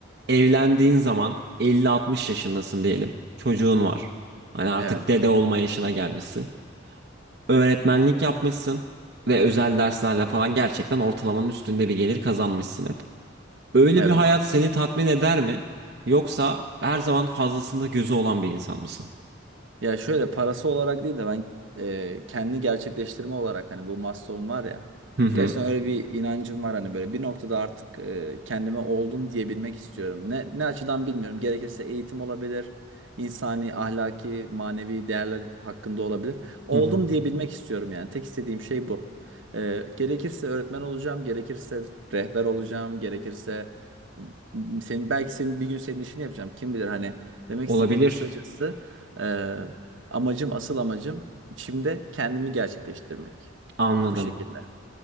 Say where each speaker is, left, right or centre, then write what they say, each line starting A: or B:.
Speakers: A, on the right; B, on the right.
A: Evlendiğin zaman elli altmış yaşındasın diyelim. Çocuğun var. Hani artık
B: Evet.
A: dede olma yaşına gelmişsin. Öğretmenlik yapmışsın ve özel derslerle falan gerçekten ortalamanın üstünde bir gelir kazanmışsın hep. Öyle
B: Evet.
A: bir hayat seni tatmin eder mi? Yoksa her zaman fazlasında gözü olan bir insan mısın?
B: Ya şöyle parası olarak değil de ben e, kendi gerçekleştirme olarak hani bu Maslow'un var ya.
A: Hı hı.
B: Gerçekten öyle bir inancım var hani böyle bir noktada artık e, kendime oldum diyebilmek istiyorum. Ne, ne açıdan bilmiyorum. Gerekirse eğitim olabilir. insani, ahlaki, manevi değerler hakkında olabilir. Oldum
A: Hı hı.
B: diyebilmek istiyorum yani. Tek istediğim şey bu. E, gerekirse öğretmen olacağım, gerekirse rehber olacağım, gerekirse m- senin belki senin bir gün senin işini yapacağım. Kim bilir hani demek
A: Olabilir.
B: istediğim kısacası e, Amacım, asıl amacım içimde kendimi gerçekleştirmek.
A: Anladım.
B: Bu şekilde.